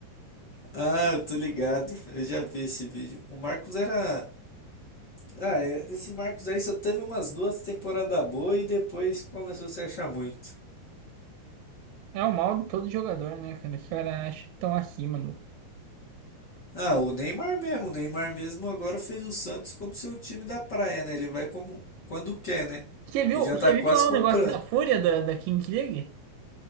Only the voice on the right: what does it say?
É o mal de todo jogador, né, cara? Os caras acham que estão acima, no.
Você viu,
você
viu lá
o negócio da Fúria da, da Kings League?